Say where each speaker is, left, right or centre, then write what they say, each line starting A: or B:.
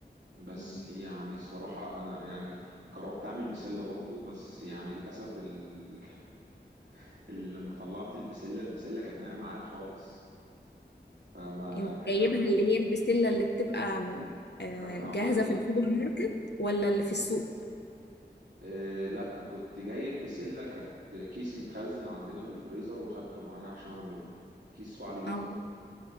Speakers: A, on the right; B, on the left.
A: بس
B: أوي.
A: يعني الصراحه انا يعني جربت اعمل بسله برضو بس يعني للاسف ال... <laughs> لما طلعت البسلة البسلة كانت نايمة معايا خالص فما
B: انت
A: ك-
B: جايبها
A: كان
B: اللي هي البسلة اللي بتبقى م، آه،
A: كان طعمها
B: جاهزة
A: نايم
B: في السوبر ماركت ولا اللي في السوق
A: إيه لا كنت جايب بسلة كانت كيس متخزن عندنا في الفريزر واخدته معايا عشان اعمله كيس وعليه جزر
B: اه